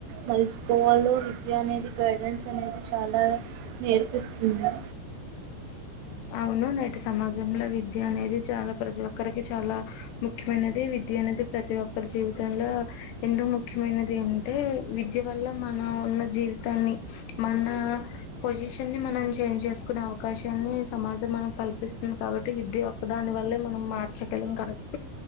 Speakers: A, on the right (about 80°); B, on the left (about 80°).
A: మలుచుకోవాలో ఒ విద్య అనేది గైడెన్స్ అనేది చాలా నేర్పిస్తుంది
B: అవును నేటి సమాజంలో విద్య అనేది చాలా ప్రతి ఒక్కరికి చాలా ముఖ్యమైనది విద్య విద్య అనేది ప్రతి ఒక్కరి జీవితంలో ఎంతో ముఖ్యమైనది అంటే విద్య వల్ల మనం ఉన్న జీవితాన్ని మన పొజిషన్ మనం చేంజ్ చేసుకునే అవకాశాన్ని సమాజం మనం కల్పిస్తుంది కాబట్టి విద్య యొక్క దాని వల్లే మనం మార్చగలం కాబట్టి